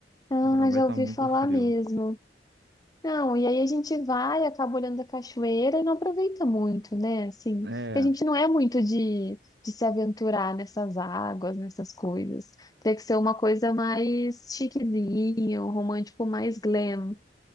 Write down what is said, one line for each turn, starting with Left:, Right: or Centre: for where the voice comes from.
Left: Ah,
Right: agora vai
Left: já
Right: estar
Left: ouvi
Right: muito
Left: falar
Right: frio.
Left: mesmo. Não, e aí a gente vai, acaba olhando a cachoeira e não aproveita muito, né? Assim,
Right: É,
Left: porque a gente não é muito de, de se aventurar nessas águas, nessas coisas. Tem que ser uma coisa mais chiquezinha, um romântico mais glam.